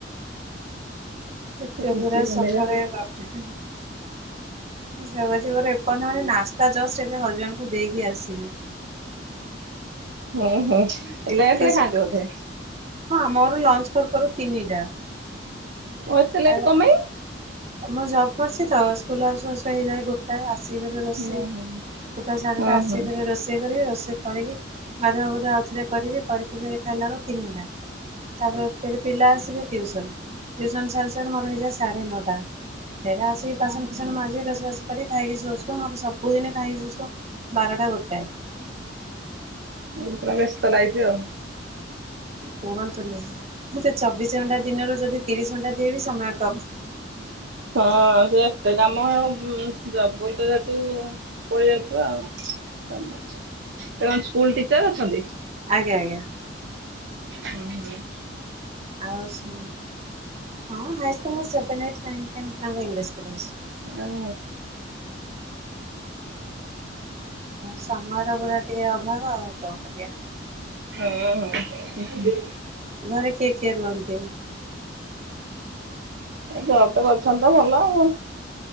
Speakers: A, on the right (about 35°); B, on the right (about 65°).
A: ଏତେ
B: ମିଶିକି
A: ପୁରା
B: ବନେଇଦେଲୁ
A: ସକାଳେ ଏ ବାପରେ <unintelligible> ମୋର ଏପର୍ଯ୍ୟ ମାନେ ନାସ୍ତା ଜଷ୍ଟ ଏବେ ହଜବେଣ୍ଡକୁ ଦେଇକି ଆସିଲି।
B: ହୁଁ ହୁଁ।
A: ଏତେ
B: ଲେଟ୍ ରେ
A: ସକା
B: ଖାଆନ୍ତି ବୋଧେ?
A: ହଁ ଆମର ଲଞ୍ଚ କରୁ କରୁ ତିନିଟା
B: ଓ ଏତେ ଲେଟ୍
A: ଆ
B: କଣ ପାଇଁ?
A: ମୁଁ ଜବ୍ କରୁଛି ତ ସ୍କୁଲ ଆସୁ ଆସୁ ହେଇଯାଏ ଗୋଟେ <unintelligible> ଆସକି ଫେରେ ରୋଷେଇ
B: ହୁଁ ହୁଁ
A: ଗୋଟାଏ <unintelligible> ଶଢୀ
B: ହୁଁ
A: ଟା ଆସିକି
B: ହୁଁ
A: ରୋଷେଇ କରି ରୋଷେଇ କରିକି ଗାଧୁଆ ଗଧୁଆ ଆଉଥରେ କରିବି କରିକି ଫେରେ ଖାଇଲା ବେଳକୁ ତିନିଟା ତାପରେ ଫେର୍ ପିଲା ଆସିବେ ଟିୟୁସନ ଟିୟୁସନ ସାରୁ ସାରୁ ମୋର ହେଇଯାଏ ସାଢେ ନଅଟା ଫେରେ ଆସିକି ବାସନ କୁସନ ମାଜି ରୋସୋବାସ କରିକି ଖାଇକି ଶୋଉ ଶୋଉ ମୋର ସବୁଦିନ ଖାଇକି ଶୋଉ ବାରଟା ଗୋଟାଏ
B: <unintelligible> ପୁରା ବ୍ୟସ୍ତ ଲାଇଫ୍ ଆଉ
A: କୁହନ୍ତୁନି ମୁଁ ତ ଚବିଶ ଘଣ୍ଟା ଦିନରୁ ଯଦି ତିରିଶ ଘଣ୍ଟା ଦେବି ସମୟ କମ୍
B: ହଁ ସେ ଏତେ କାମ ଜବ କରୁଛ ଯେହେତୁ ପ <unintelligible> ଯାଉଥିବା ଆଉ <unintelligible> ତା କଣ ସ୍କୁଲ ଟିଚର୍ ଅଛନ୍ତି?
A: ଆଜ୍ଞା ଆଜ୍ଞା।
B: ହୁଁ ହୁଁ।
A: ଆଉ <unintelligible> ହଁ high school seven eight nine ten ପିଲାଙ୍କୁ ଇଂଲିଶ୍ ପଢ଼ଉଛି।
B: <unintelligible> ହୁଁ
A: ସମୟର ଗୁରା ଟିକେ ଅଭାବ ଆଉ କଣ କରିବା?
B: ଓଁ ହୋ।
A: ଘରେ କିଏ କିଏ ରୁହନ୍ତି?
B: ଜବ୍ ରେ ଅଛନ୍ତି ତ ଭଲ ଆଉ